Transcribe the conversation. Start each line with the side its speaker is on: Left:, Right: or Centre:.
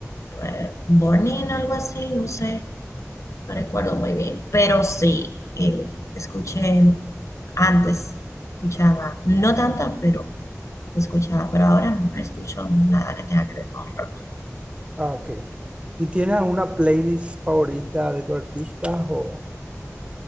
Left: eh, Burning, algo así, no sé, no recuerdo muy bien. Pero sí, eh, escuché antes, escuchaba, no tanta, pero escuchaba, pero ahora no, no escucho nada que tenga que ver con rock.
Right: Ah, ok. ¿Y tienes alguna playlist favorita de tu artista? O